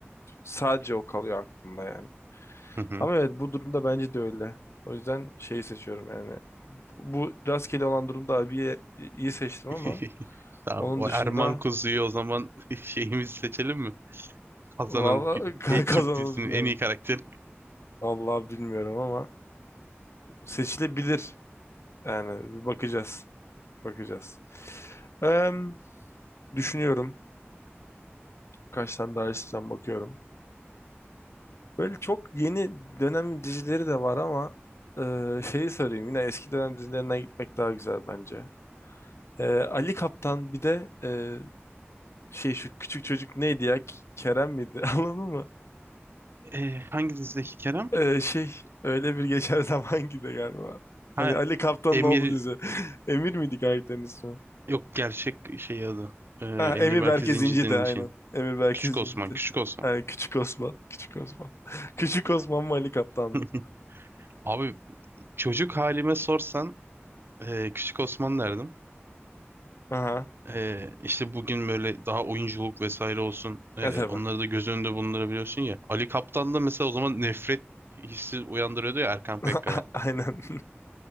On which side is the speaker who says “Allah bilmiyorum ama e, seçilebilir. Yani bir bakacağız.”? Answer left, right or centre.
Left